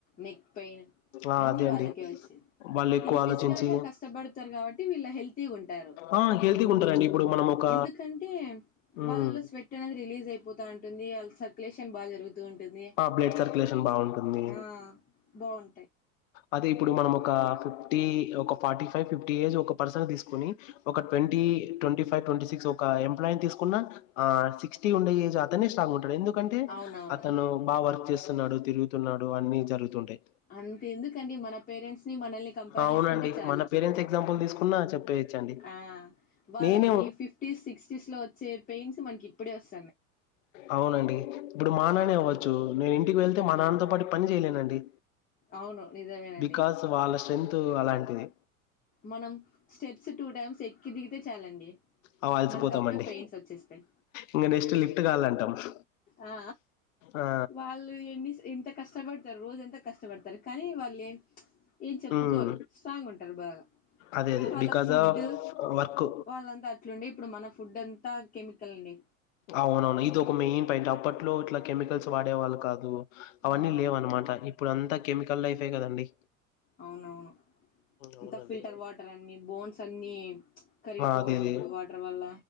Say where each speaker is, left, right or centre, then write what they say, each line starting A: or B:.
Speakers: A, on the left (about 20°); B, on the left (about 65°).
A: neck pain
B: ఆ
A: అన్ని
B: అదే
A: వాళ్ళకే
B: అండి
A: వచ్చి
B: వాళ్ళు ఎక్కువ
A: ఇది
B: ఆలోచించి
A: ఫిజికల్ గా కష్టపడతారు కాబట్టి వీళ్ళ హెల్తీ ఉంటారు
B: ఆ హెల్తీగా ఉంటారండి ఇప్పుడు మనం ఒక
A: ఎందుకంటే
B: ఉమ్
A: వాళ్ళలో స్వెట్ అనేది రిలీజ్ అయిపోతా ఉంటుంది అలస బాగా జరుగుతూ ఉంటుంది
B: ఆ బ్లడ్ సర్క్యులేషన్ బాగుంటుంది
A: ఆ బాగుం
B: అదే ఇప్పుడు మనం ఒక ఫిఫ్టీ ఒక ఫార్టీ ఫైవ్ ఫిఫ్టీ ఏజ్ ఒక పర్సన్ తీసుకుని ఒక twenty twenty five twenty six ఒక ఎంప్లాయిని తీసుకున్నా సిక్స్టీ ఉండేజ్ అతన్ని స్ట్రాంగ్ ఉంటాడు ఎందుకు ఎందుకంటే
A: అవునవును
B: అతను బాగా వర్క్ చేస్తున్నాడు తిరుగుతున్నాడు అన్ని జరుగుతుంటాయి
A: అంత ఎందుకండీ మన పేరెంట్స్ మనల్ని కంపేర్
B: అవునండి
A: చేసుకుంటే చాలు
B: మన
A: ఇప్పుడు
B: పేరెంట్స్ ఎగ్జాంపుల్ తీసుకున్నా చెప్పేయచ్చండి
A: ఆ వాళ్ళకి
B: నేనే
A: ఫిఫ్టీస్ సిక్స్టీస్ లో వచ్చే పెయిన్స్ మనకి ఇప్పుడే వస్
B: అవునండి ఇప్పుడు మా నానే అవ్వ చూ నేను ఇంటికి వెళ్తే మా నాన్నతో పాటు పని చేయలేనండి
A: అవును నిజమేనండి
B: బికాస్ వాళ్ళ స్ట్రెంత్ అలాంటిది
A: మనం స్టెప్స్ టూ టైమ్స్ ఎక్కి దిగితే చాలండి
B: అవి అలసిపోతామండి
A: మనకప్పుడే పెయిన్స్ వచ్చేస్తాయి
B: ఇంక నెక్స్ట్ లిఫ్ట్ కావాలంటాం
A: ఆ
B: ఆ
A: వాళ్ళు ఎన్ని ఎంత కష్టపడతారు రోజు అంతా కష్టపడతారు కానీ వాళ్ళు ఏం ఏం చెప్పుకోరు
B: ఉమ్
A: స్ట్రాంగ్ ఉంటారు బాగా
B: అదే
A: అంటే
B: అదే
A: వాళ్ళ
B: బికాస్
A: ఫుడ్
B: ఆఫ్ వర్క్
A: వాళ్ళంతా అట్లుండే ఇప్పుడు మన ఫుడ్ అంతా కెమికల్ అండి
B: అవునవును ఇది ఒక మెయిన్ పాయింట్ అప్పట్లో ఇట్లా కెమికల్స్ వాడేవాళ్ళు కాదు అవన్నీ
A: ఆ
B: లేవన్నమాట ఇప్పుడు అంతా కెమికల్ లైఫే కదండి
A: అవునవును
B: ఉమ్,
A: అంత
B: అవునండి
A: ఫిల్టర్ వాటర్ అన్ని బోన్స్ అన్ని కరిగిపోవడం
B: అదేది
A: ఇప్పుడు వాటర్ వల్ల